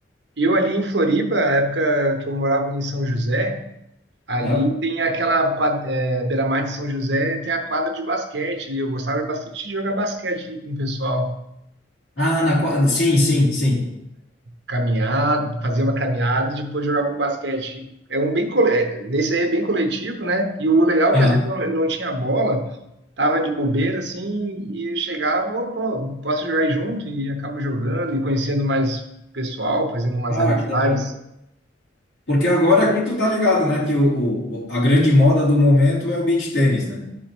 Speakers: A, on the right (about 70°); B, on the left (about 75°).
A: e eu ali em Floripa, na época que eu morava em São José, ali
B: Aham.
A: tem aquela quadra, é, beira-mar de São José, tem a quadra de basquete ali. Eu gostava bastante de jogar basquete ali com o pessoal.
B: Ah, na, qua- sim, sim, sim.
A: Caminhar, fazer uma caminhada e depois jogava um basquete. É um bem, cole- é, nesse aí é bem coletivo, né? E o legal é
B: Aham.
A: que às vezes não não tinha bola. tava de bobeira assim e eu chegava, "Ô, pô, posso jogar junto e acabo jogando e conhecendo mais pessoal, fazendo umas
B: Ah,
A: amizades.
B: que da hora. Porque agora aqui tu tá ligado, né? Que o, o, o- a grande moda do momento é o beach tênis, né?